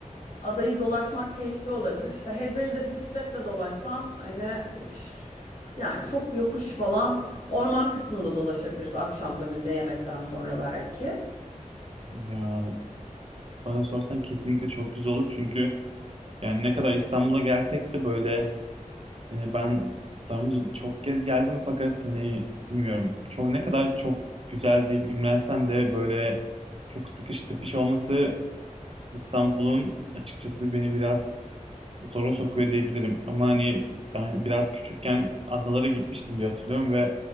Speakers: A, on the left; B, on the right.
A: Adayı dolaşmak keyifli olabilir. İşte Heybeli'de bisikletle dolaşsan hani üf, yani çok yokuş falan orman kısmında dolaşabiliriz akşam dönünce yemekten sonra belki.
B: Ya Bana sorsan kesinlikle çok güzel olur çünkü yani ne kadar İstanbul'a gelsek de böyle e, ben daha önce çok kez geldim fakat hani bilmiyorum çok ne kadar çok güzel deyip imrensem de böyle çok sıkış tepiş olması İstanbul'un açıkçası beni biraz zora sokuyor diyebilirim. Ama hani ben biraz küçükken adalara gitmiştim diye hatırlıyorum